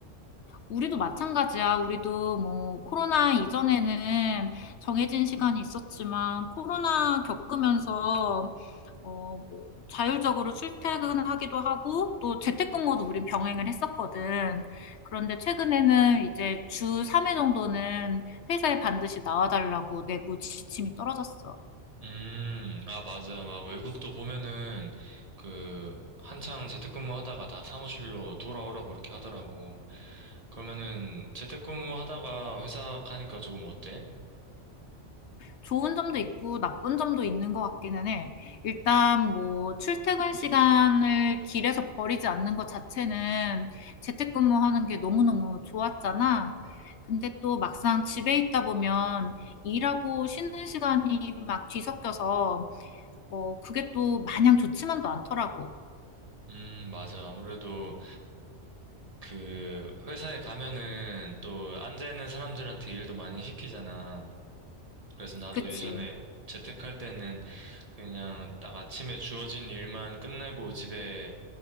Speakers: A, on the left; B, on the right.
A: 우리도 마찬가지야. 우리도 뭐 코로나 이전에는 정해진 시간이 있었지만 코로나 겪으면서 어, 뭐 자율적으로 출퇴근하기도 하고 또 재택근무도 우린 병행을 했었거든. 그런데 최근에는 이제 주 3회 정도는 회사에 반드시 나와달라고 내부 지침이 떨어졌어.
B: 음, 아, 맞아. 막 외국도 보면은 그 한창 재택근무 하다가 다 사무실로 돌아오라고 그렇게 하더라고. 그러면은 재택근무 하다가 회사 가니까 조금 어때?
A: 좋은 점도 있고 나쁜 점도 있는 것 같기는 해. 일단 뭐 출퇴근 시간을 길에서 버리지 않는 것 자체는 재택근무하는 게 너무너무 좋았잖아. 근데 또 막상 집에 있다 보면 일하고 쉬는 시간이 막 뒤섞여서 어 그게 또 마냥 좋지만도 않더라고.
B: 음, 맞아. 아무래도 그 회사에 가면은 또 앉아있는 사람들한테 일도 많이 시키잖아. 그래서 나도
A: 그치,
B: 예전에 재택할 때는 그냥 딱 아침에 주어진 일만 끝내고 집에,